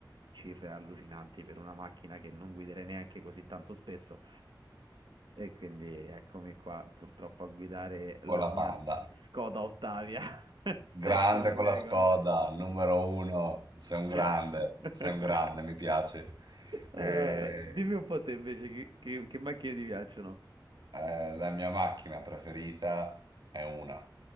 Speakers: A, on the right; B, on the right.
A: cifre allucinanti per una macchina che non guiderei neanche così tanto spesso. E quindi eccomi qua, purtroppo a guidare la
B: Con la
A: mia
B: Panda.
A: Skoda Ottavia <laughs> Station
B: Grande con
A: Wagon.
B: la Skoda, numero uno. Sei un
A: <laughs>
B: grande, sei un grande, mi piace.
A: Ah,
B: E-
A: dimmi un po' te invece che, che- che macchine ti piacciono?
B: Eh, la mia macchina preferita è una,